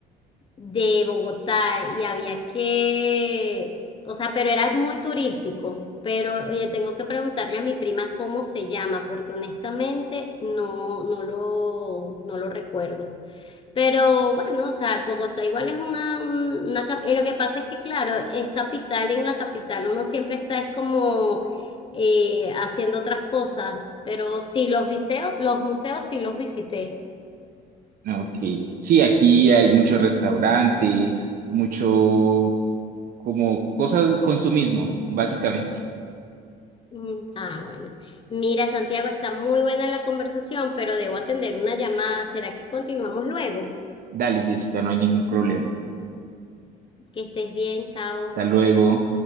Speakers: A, on the left (about 30°); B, on the right (about 60°).
A: de Bogotá y había que, o sea, pero era muy turístico. Pero, oye, tengo que preguntarle a mi prima cómo se llama, porque honestamente no, no lo, no lo recuerdo. Pero bueno, o sea, Bogotá igual es una, un- una, cap- y lo que pasa es que, claro, es capital y en la capital uno siempre está, es como eh, haciendo otras cosas. Pero sí, los museos, los museos sí los visité.
B: Ok. Sí, aquí hay mucho restaurante, mucho como cosas consumismo, básicamente.
A: Mm, Ah, bueno. Mira, Santiago, está muy buena la conversación, pero debo atender una llamada. ¿Será que continuamos luego?
B: Dale, Jessica, no hay ningún problema.
A: Que estés bien, chao.
B: Hasta luego.